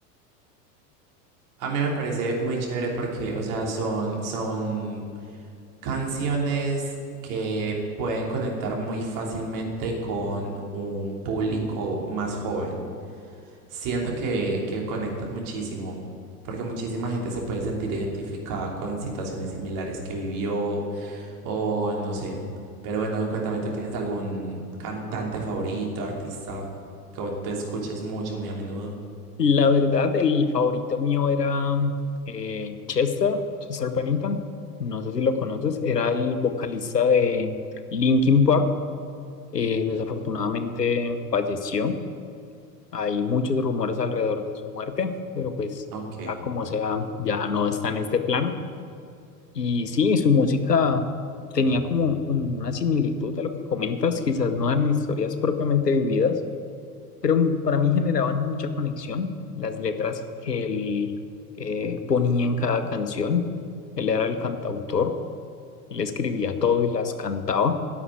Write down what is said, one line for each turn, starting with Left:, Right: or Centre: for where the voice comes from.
Right: A mí me parece muy chévere porque, o sea, son, son canciones que pueden conectar muy fácilmente con un público más joven. Siento que, que conectan muchísimo, porque muchísima gente se puede sentir identificada con situaciones similares que vivió o no sé. Pero bueno, cuéntame, ¿tú tienes algún cantante favorito, artista que tú escuches mucho, muy a menudo?
Left: La verdad, el favorito mío era eh, Chester, Chester Bennington. No sé si lo
Right: Ujú.
Left: conoces. Era el vocalista de Linkin Park. Eh, desafortunadamente falleció. Hay muchos rumores alrededor de su muerte, pero pues,
Right: Ok,
Left: sea como sea, ya no está en este plano. Y sí, su música tenía como una similitud a lo que comentas, quizás no eran historias propiamente vividas, pero m- para mí generaban mucha conexión las letras que él eh, ponía en cada canción. Él era el cantautor, él escribía todo y las cantaba,